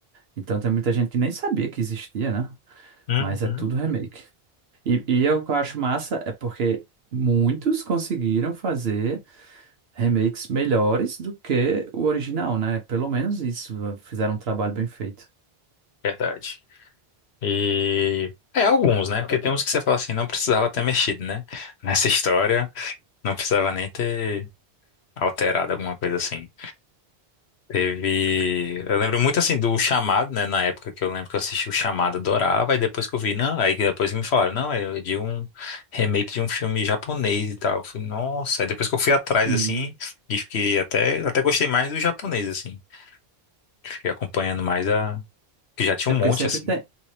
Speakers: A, on the right; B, on the left.
A: Então tem muita gente que nem sabia que existia, né?
B: Uhum.
A: Mas é tudo remake. E, e eu, o que eu acho massa é porque muitos conseguiram fazer remakes melhores do que o original, né? Pelo menos isso, fizeram um trabalho bem feito.
B: Verdade. E é alguns, né? Porque tem uns que você fala assim, não precisava ter mexido, né? Nessa história, não precisava nem ter alterado alguma coisa assim. Teve, eu lembro muito assim do Chamado, né, na época que eu lembro que eu assisti o Chamado, adorava, e depois que eu vi, não, aí depois que depois me falaram, não, é de um remake de um filme japonês e tal. Eu falei, nossa, aí depois que eu fui atrás
A: Sim.
B: assim, e fiquei até até gostei mais do japonês assim. Fiquei acompanhando mais a que já tinha
A: É
B: um
A: porque
B: monte
A: sempre
B: assim.
A: tem.